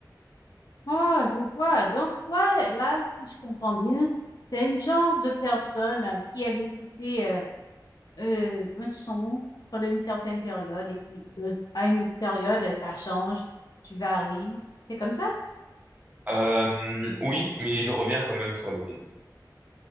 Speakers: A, on the left; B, on the right.
A: ah je vois. Donc, toi, là, si je comprends bien, t'es une genre de personne euh, qui aime écouter euh, euh, un son pendant une certaine période et puis de- à une autre période, ça change, tu varies. C'est comme ça?
B: euh, oui, mais je reviens quand même sur les musiques.